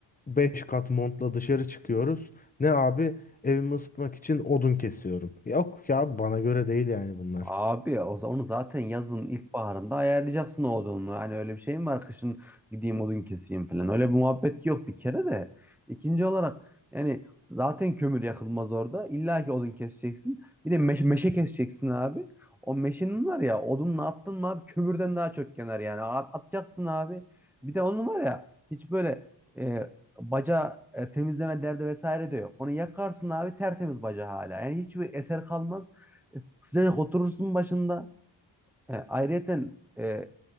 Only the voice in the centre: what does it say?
Abi ya, o za- onu zaten yazın ilkbaharında ayarlayacaksın o odununu. Hani öyle bir şey mi var kışın gideyim odun keseyim falan. Öyle bir muhabbet yok bir kere de. İkinci olarak yani zaten kömür yakılmaz orada. İlla ki odun keseceksin. Bir de meşe, meşe keseceksin abi. O meşenin var ya odunla attın mı abi kömürden daha çok yanar yani. At- atacaksın abi. Bir de onun var ya hiç böyle e, baca e, temizleme derdi vesaire de yok. Onu yakarsın abi tertemiz baca hala. Yani hiçbir eser kalmaz. Sıcacık oturursun başında. E, ayrıyeten e,